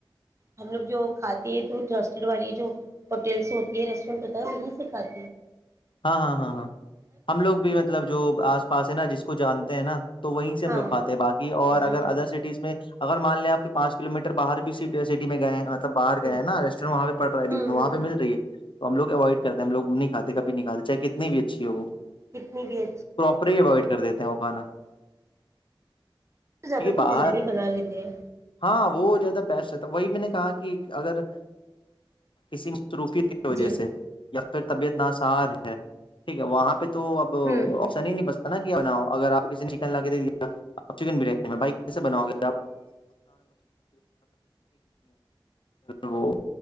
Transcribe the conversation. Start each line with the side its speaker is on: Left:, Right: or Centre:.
Right: ہم لوگ جو کھاتے ہیں تو ٹرسٹڈ والی جو ہوٹلس ہوتی ہے ریسٹورینٹ ہوتا ہے وہیں سے فات
Left: ہاں ہاں ہاں ہاں ہم لوگ بھی مطلب جو آ پاس ہے نا جس کو جانتے ہیں نا تو وہیں سے ہم
Right: ہاں
Left: لوگ کھاتے ہیں بای اور اگر
Right: وہی
Left: ادر سٹیز میں مان لیںپ پانچلویٹر باہر بھی سیٹ سٹی میںئے مطلب باہر
Right: ہ
Left: گئے نا ریسٹورینٹ وہاں پہڑ رہا
Right: ہ
Left: ہے
Right: ہ
Left: وہ پہ مل رہی ہے تو ہم لوگوائڈ کرتے ہیں ہم لگ نہیں کھے کبھیکال دی چاہے کتنی بھی اچھی ہو وہ
Right: کتنی بھی اچھی
Left: اپ اوائڈ کر دیتے ہیں کھانا ٹھیک
Right: زیادہ
Left: ہے
Right: تر
Left: باہر
Right: گھر میں ہی بنا لیتے ہیں
Left: ہاں وہ زیادہ بیسٹ رہتا وہی میں نے کہا کہ اگر کسی مصروفیت کی وجہ
Right: جی
Left: سے یا پھر طبیعت سار ہے ٹھیک ہے وہاں پہ تو تو
Right: ہوں ہ
Left: اب سنی ہی نہیں بستا نا بناؤ اگر آپ کسی نے چکن لا کے دے دیا آپ چکن بریانی میں بھائی کیسے بناؤ گے وہ